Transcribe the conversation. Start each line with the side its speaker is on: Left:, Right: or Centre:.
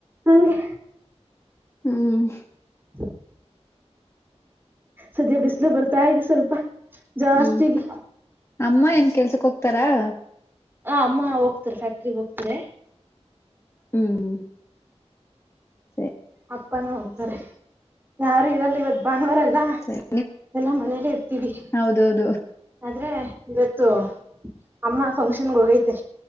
Right: ಹಂಗೆ
Left: ಹ್ಮ್
Right: ಹ ಸದ್ಯ ಬಿಸ್ಲು ಬರ್ತಾ ಇತೆ ಸ್ವಲ್ಪ ಜಾಸ್ತಿಗೆ
Left: ಹ್ಮ್ ಅಮ್ಮ ಏನ್ ಕೆಲ್ಸಕ್ ಹೋಗ್ತಾರಾ <unintelligible>
Right: ಹ ಅಮ್ಮ ಹೋಗ್ತರ ಫ್ಯಾಕ್ಟ್ರಗ್ ಹೋಗ್ತಾರೆ
Left: ಹ್ಮ್ ಹ್ಮ್ ಸರಿ
Right: ಅಪ್ಪಾನು ಅಂತಾರೆ
Left: ಸರಿ
Right: ಯಾರು ಇರಲ್ಲ ಇವತ್ತು ಭಾನುವಾರ ಲ್ಲ
Left: ಸರಿ
Right: ಎಲ್ಲಾ ಮನೇಲ್ಲೇ ಇರ್ತೀವಿ
Left: ಹೌದೌದು
Right: ಆದ್ರೆ ಇವತ್ ತು ಅಮ್ಮ ಫಂಕ್ಷನ್ಗೆ ಹೋಗೈತೆ